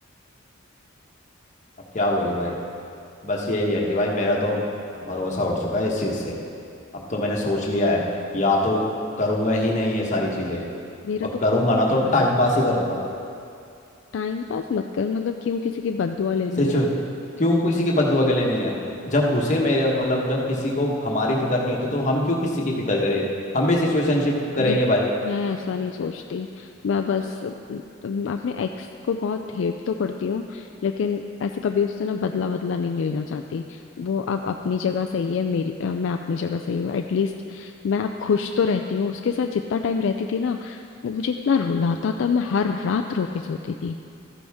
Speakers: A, on the left; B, on the left.
A: अब क्या बोलूं भाई बस यही है कि भाई मेरा तो भरोसा उठ चुका है इस चीज़ से अब तो मैंने सोच लिया है या तो करूँगा ही नहीं ये सारी चीज़ें
B: मेरा
A: और
B: तो खुद
A: करूँगा ना तो टाइम
B: है,
A: पास ही करूँगा
B: टाइम पास मत कर मतलब क्यों किसी की बददुआ लेनी
A: सच
B: है
A: में। क्यों किसी की बददुआ के लिए नहीं है जब उसे मेरे मतलब जब किसी को हमारी फिक्र नहीं होती तो हम क्यों किसी की फिक्र करें हम भी सिचुएशनशिप करेंगे
B: देख
A: भाई
B: मैं ऐसा नहीं सोचती मैं बस मैं अपने एक्स को बहुत हेट तो करती हूँ लेकिन ऐसे कभी उससे ना बदला बदला नहीं लेना चाहती वो अब अपनी जगह सही है मेरी अ, मैं अपनी जगह सही हूँ एटलीस्ट मैं अब खुश तो रहती हूँ उसके साथ जितना टाइम रहती थी ना वो मुझे इतना रुलाता था मैं हर रात रो के सोती थी